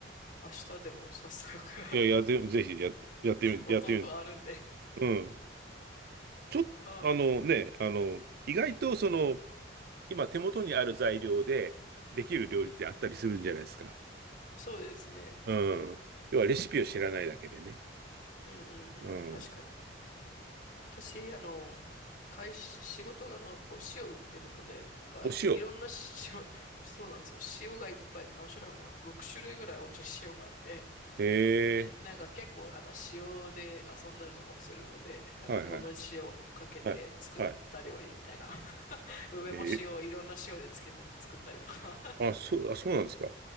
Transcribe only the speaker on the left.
明日でも早速 <laughs>
お豆腐あるんで。
ああ、
うん。そうですね。
うんうんうん。
確かに。私、あの、会社、仕事がの、お塩売ってるので、なんか、
いろんな塩、<laughs> そうなんですよ。塩がいっぱい、何種類あるかな ?6 種類ぐらいお家に塩があって。
で、
なんか結構なんか塩で遊んだりとかもするので、なんかこの塩をかけて作った料理みたいな。
<laughs> 梅干しをいろんな塩でつけて作ったりとか